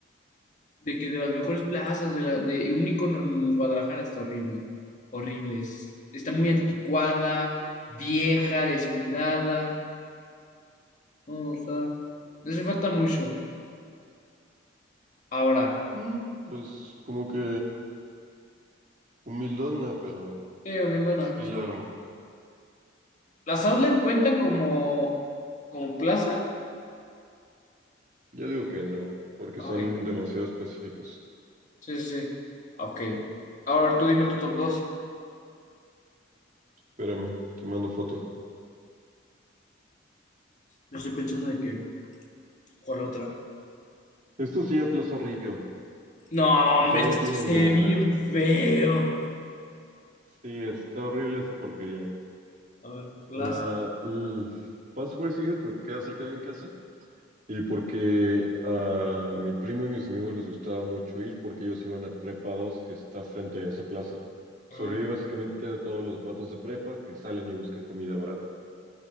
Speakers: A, on the left (about 40°); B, on the right (about 40°).
A: de que de las mejores plazas, de, la- de un icono en Guadalajara, está horrible. Horrible. es- está muy anticuada, vieja, descuidada. No, o sea, le hace falta mucho. Ahora,
B: Mm, pues como que humildona, pero
A: eh, mi hermana,
B: sí
A: justo.
B: la arma.
A: ¿Las outlet cuentan como, como plaza?
B: Ya digo que no, porque
A: Ok,
B: son demasiado específicos.
A: sí, sí, sí. Ok. Ahora tú dime tu top 2.
B: Espérame, te mando foto.
A: Yo estoy pensando de que, ¿cuál otra?
B: Esto se llama Plaza Río.
A: No, hombre,
B: Literal
A: esto
B: no tiene
A: se
B: nada.
A: ve bien feo.
B: Sí, está horrible esa porquería.
A: A ver, Plaza.
B: Ah, l- paso por ahí seguido porque queda cerca de mi casa. Y porque a mi primo y mis amigos les gustaba mucho ir porque ellos iban a Prepa Dos que está frente a esa plaza. Sobrevive
A: Ajá.
B: básicamente de todos los vatos de prepa que salen y buscan comida barata.